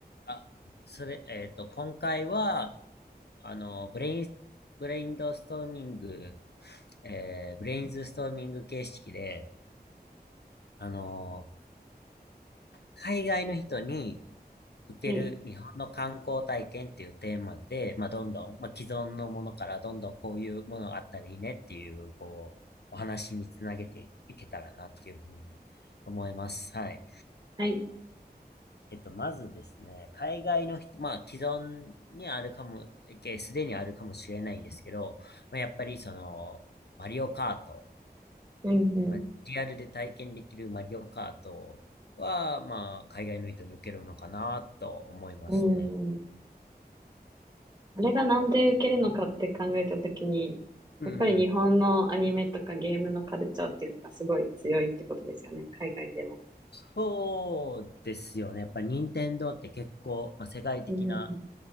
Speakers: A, on the left; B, on the right.
A: あ、それ、えっと、今回は、あの、ブレイン、ブレインドストーミング、えーブレインズストーミング形式で、あの、海外の人に受ける日本の観光体験っていうテーマで、
B: はい、
A: まあ、どんどん、まあ、既存のものからどんどんこういうものがあったらいいねっていう、こう、お話につなげていけたらなっていうふうに思います。はい。
B: はい、
A: えっと、まずですね、海外の人、まあ、既存にあるかも、えすでにあるかもしれないですけど、まあ、やっぱりその、マリオカート、
B: うん、
A: まあ、リアルで体験できるマリオカートは、まあ、海外の人に受けるのかなと思いますね。
B: うん、うん。あれがなんで受けるのかって考えたときに、
A: うん。
B: やっぱり日本のアニメとかゲームのカルチャーっていうのがすごい強いってことですよね、海外でも。
A: そうですよね。やっぱり任天堂って結構、まあ、世界的な
B: うん、